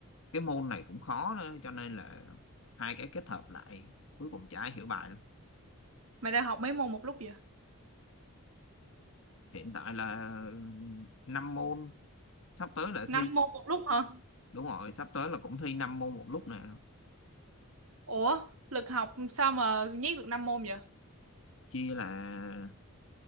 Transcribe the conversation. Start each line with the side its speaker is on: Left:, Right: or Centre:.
Left: cái môn này cũng khó nữa cho nên là hai cái kết hợp lại cuối cùng chả ai hiểu bài đâu
Right: Mày đang học mấy môn một lúc vậy?
Left: hiện tại là năm môn sắp tới là
Right: năm
Left: thi
Right: môn một lúc hả
Left: đúng rồi sắp tới là cũng thi năm môn một lúc nè
Right: Ủa, lực học sao mà nhét được 5 môn vậy?
Left: chia là